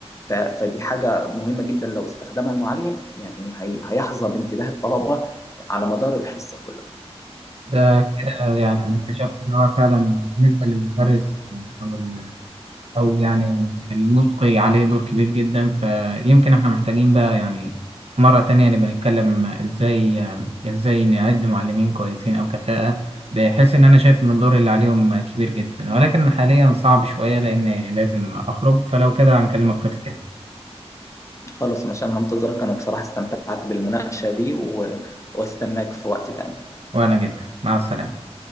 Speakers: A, on the left; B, on the right.
A: ف... فدي حاجه مهمه جدا لو استخدمها المعلم يعني هي... هيحظى بانتباه الطلبه على مدار الحصه كلها
B: ده كده يعني انا اكتشفت ان هو فعلا بالنسبه للمدرس او او يعني الملقي عليه دور كبير جدا فيمكن احنا محتاجين بقى يعني في مرة تانية نبقى نتكلم ازاي ازاي نعد معلمين كويسين او كفاءة بحيث ان انا شايف ان الدور اللي عليهم كبير جدا ولكن حاليا صعب شوية لان لازم اخرج فلو كده هنكلمك وقت تاني
A: خلاص مشان هنتظرك انا بصراحه استمتعت بالمناقشه دي و... واستناك في وقت تاني
B: وانا جدا مع السلامة